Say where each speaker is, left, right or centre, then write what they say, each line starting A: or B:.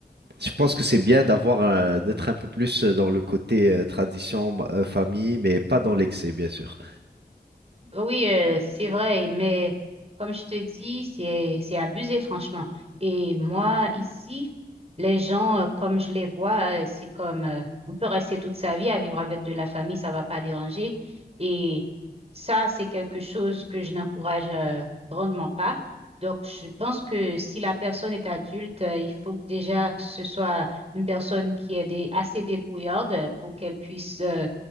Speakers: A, on the right (about 85°); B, on the right (about 40°).
A: je pense que c'est bien d'avoir un- d'être un peu plus dans le côté euh, tradition, euh, famille, mais pas dans l'excès, bien sûr.
B: Oui, euh, c'est vrai, mais comme je te dis, c'est c'est abusé, franchement. Et moi, ici, les gens, euh, comme je les vois, euh, c'est comme euh, on peut rester toute sa vie à vivre avec de la famille, ça va pas déranger. Et ça, c'est quelque chose que je n'encourage euh, grandement pas. Donc, je pense que si la personne est adulte, euh, il faut que déjà que ce soit une personne qui est dé- assez débrouillarde pour qu'elle puisse euh,